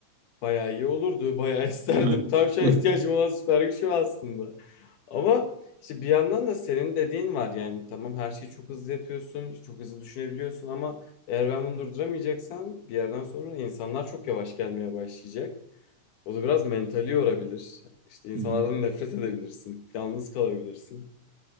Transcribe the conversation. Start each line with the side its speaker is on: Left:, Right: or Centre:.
Left: bayağı iyi olurdu. <laughs> Bayağı isterdim.
Right: Değil mi?
Left: Tam şu
Right: <laughs>
Left: an ihtiyacım olan süper güç o aslında. Ama işte bir yandan da senin dediğin var yani tamam her şeyi çok hızlı yapıyorsun, çok hızlı düşünebiliyorsun ama eğer ben bunu durduramayacaksam bir yerden sonra insanlar çok yavaş gelmeye başlayacak. O da biraz mentali yorabilir. İşte insanlardan
Right: Hı hı,
Left: nefret edebilirsin, yalnız kalabilirsin.